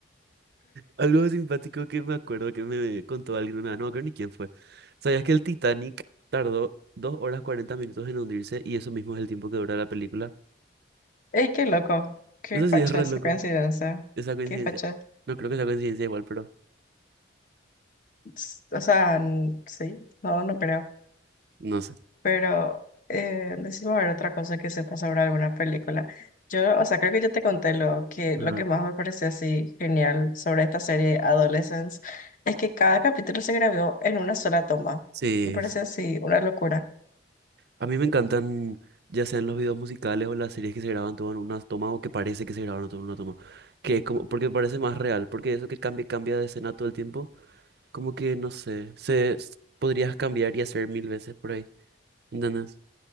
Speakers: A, on the right; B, on the left.
A: Algo simpático que me acuerdo que me contó alguien una vez, no me acuerdo ni quién fue. ¿Sabías que el Titanic tardó 2 horas 40 minutos en hundirse y eso mismo es el tiempo que dura la película?
B: Ey, qué loco, qué
A: Eso
B: facha
A: sí es re
B: esa
A: loco,
B: coincidencia,
A: esa coincidencia.
B: qué facha.
A: No creo que sea coincidencia igual, pero
B: S- O sea, n- sí, no, no creo.
A: no sé.
B: Pero eh, decime a ver otra cosa que sepa sobre alguna película. Yo, o sea, creo que yo te conté lo que,
A: Ajá.
B: lo que más me pareció así genial sobre esta serie Adolescence es que cada capítulo se grabó en una sola toma.
A: Sí,
B: Me parece
A: sí.
B: así una locura.
A: A mí me encantan, ya sean los videos musicales o las series que se graban todo en una toma o que parece que se grabaron todo en una toma. Que es como, porque parece más real, porque eso que cambia, cambia de escena todo el tiempo, como que no sé, se s- podrías cambiar y hacer mil veces por ahí. Nanas.